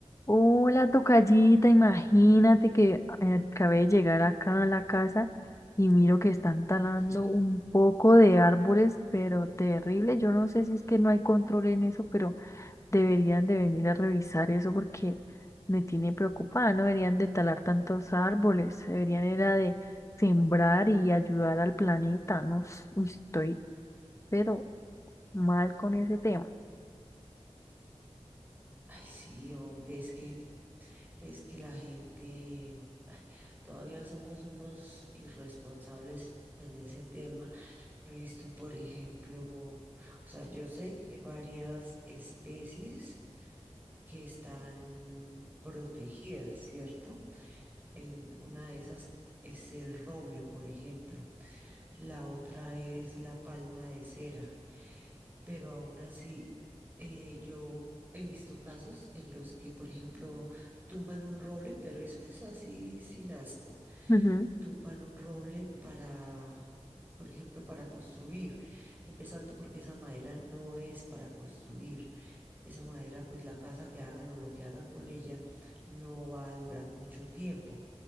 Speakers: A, on the left; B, on the right.
A: Hola, tocallita, imagínate que eh, acabé de llegar acá a la casa y miro que están talando
B: Sí.
A: un poco de árboles, pero terrible. Yo no sé si es que no hay control en eso, pero deberían de venir a revisar eso porque me tiene preocupada. No deberían de talar tantos árboles, deberían era de sembrar y ayudar al planeta. No, s- uy, estoy pero mal con ese tema.
B: Ay, sí, hombre, es que, es que la gente, todavía somos unos irresponsables en ese tema. He visto, por ejemplo, o sea, yo sé que hay varias especies que están protegidas, ¿cierto? En una de esas es el roble, por ejemplo. La otra es la palma de cera. pero aún así eh, yo he visto casos en los que, por ejemplo, tumban un roble, pero eso es así sin asco,
A: Ujú.
B: tumban un roble para, por ejemplo, para construir, empezando porque esa madera no es para construir, esa madera, pues la casa que hagan o lo que hagan con ella no va a durar mucho tiempo.